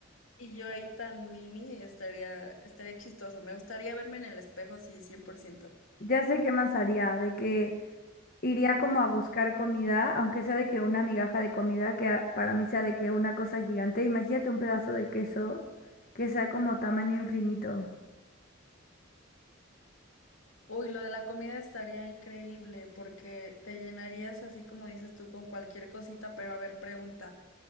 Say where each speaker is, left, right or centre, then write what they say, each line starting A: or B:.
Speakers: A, on the left; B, on the left.
A: y yo ahí tan mini, estaría, estaría chistoso, me gustaría verme en el espejo, sí, cien por ciento
B: Ya sé qué más haría, de que iría como a buscar comida, aunque sea de que una migaja de comida, que a- para mí sea de que una cosa gigante. Imagínate un pedazo de queso que sea como tamaño infinito.
A: Uy, lo de la comida estaría increíble porque te llenarías así como dices tú con cualquier cosita, pero a ver, pregunta.